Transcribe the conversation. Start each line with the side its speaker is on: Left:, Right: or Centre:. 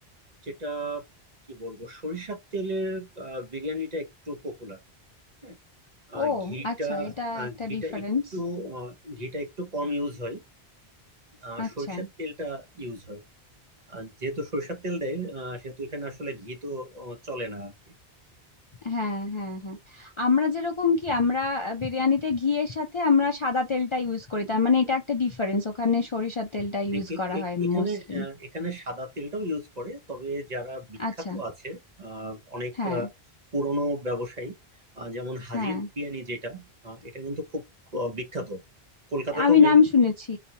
Right: যেটা কি বলবো সরিষার তেলের আহ, বিরিয়ানিটা একটু পপুলার হ্যাঁ, আহ,
Left: ও
Right: ঘিটা
Left: আচ্ছা এটা
Right: আহ,
Left: একটা
Right: ঘিটা
Left: ডিফারেন্স
Right: একটু আহ, ঘিটা একটু কম ইউজ হয় আর
Left: আচ্ছা
Right: সরিষার তেলটা ইউজ হয় আর যেহেতু সরিষার তেল দেয় আহ, সেহেতু এখানে আসলে ঘি তো আহ, চলে না আর কি
Left: হ্যাঁ হ্যাঁ হ্যাঁ আমরা যেরকম কি আমরা বিরিয়ানিতে ঘিয়ের সাথে আমরা সাদা তেলটা ইউজ করি তার মানে এটা একটা ডিফারেন্স ওখানে সরিষার তেলটা ইউজ
Right: এ- এ-
Left: করা
Right: এ-
Left: হয়
Right: এখানে
Left: মোস্টলি
Right: আহ, এখানে সাদা তেলটাও ইউজ করে তবে যারা বিখ্যাত
Left: আচ্ছা
Right: আছে আহ, অনেক
Left: হ্যাঁ
Right: আহ, পুরনো ব্যবসায়ী আহ, যেমন হাজির
Left: হ্যাঁ
Right: বিরিয়ানি যেটা আহ, এটা কিন্তু খুব আহ, বিখ্যাত কলকাতাতেও
Left: আমি
Right: maybe
Left: নাম শুনেছি